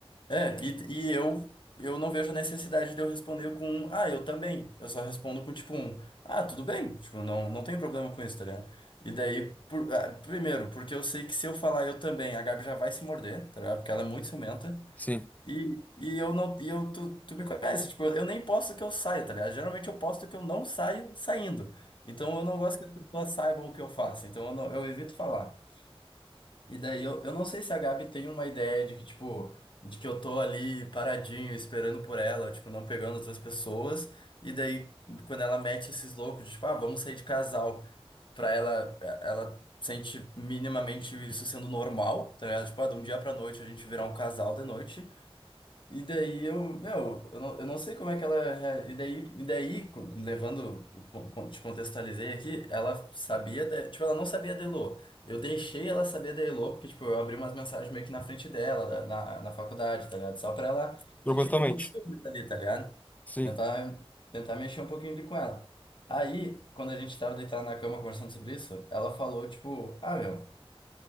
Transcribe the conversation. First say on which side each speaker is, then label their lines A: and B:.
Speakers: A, on the left (about 55°); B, on the left (about 15°).
A: É, e, e eu eu não vejo necessidade de eu responder com um, ah, eu também. Eu só respondo com tipo um, ah, tudo bem. Tipo, não, não tenho problema com isso, tá ligado? E daí, por- ah, primeiro, porque eu sei que se eu falar eu também, a Gabi já vai se morder, tá ligado? Porque ela é muito ciumenta.
B: Sim,
A: E, e eu não, e eu, tu, tu me conhece, tipo, eu nem posto que eu saio, tá ligado? Geralmente eu posto que eu não saio saindo. Então eu não gosto que as pessoas saibam o que eu faço. Então eu, não- eu evito falar. E daí eu, eu não sei se a Gabi tem uma ideia de que, tipo, de que eu tô ali paradinho, esperando por ela, tipo, não pegando outras pessoas. E daí, quando ela mete esses loucos de, tipo, ah, vamos sair de casal, pra ela, é, ela sente minimamente isso sendo normal, tá ligado? Tipo, ah, de um dia pra noite a gente virar um casal de noite. E daí eu, meu, eu não, eu não sei como é que ela. rea- E daí, e daí co- levando, co- co- te contextualizei aqui, ela sabia, da- tipo, ela não sabia da Elo. Eu deixei ela saber da Elo, porque, tipo, eu abri umas mensagens meio que na frente dela, da- na, na faculdade, tá ligado? Só pra ela
B: propositalmente.
A: sentir um pouquinho de ciúmes ali, tá ligado?
B: Sim,
A: Tentar, tentar mexer um pouquinho ali com ela. Aí, quando a gente tava deitado na cama conversando sobre isso, ela falou, tipo, ah, meu.